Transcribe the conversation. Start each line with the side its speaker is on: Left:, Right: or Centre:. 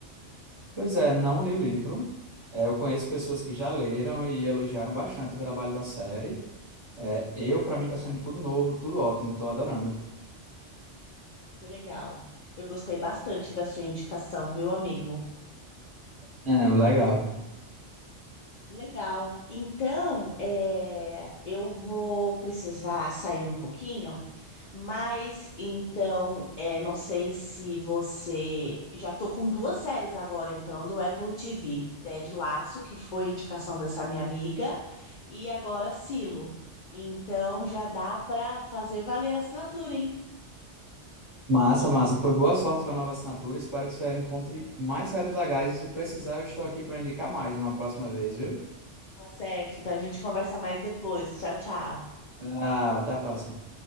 Right: Pois é, não li o livro. É, eu conheço pessoas que já leram e elogiaram bastante o trabalho da série. É, eu, para mim, está sendo tudo novo, tudo ótimo, estou adorando.
Left: Que legal. Eu gostei bastante da sua indicação, viu, amigo?
Right: É, legal.
Left: Legal. Então, é, eu vou precisar sair um pouquinho, mas então, é, não sei se você. Já tô com duas séries agora, então, do Apple TV: Ted Lasso, que foi indicação dessa minha amiga, e agora Silo. Então, já dá para fazer valer a assinatura, hein?
Right: Massa, massa. Pois boa sorte com a nova assinatura. Espero que você encontre mais séries legais. E se precisar, eu estou aqui para indicar mais numa próxima vez, viu?
Left: Tá certo. Então, a gente conversa mais depois. Tchau, tchau.
Right: Ah, até a próxima.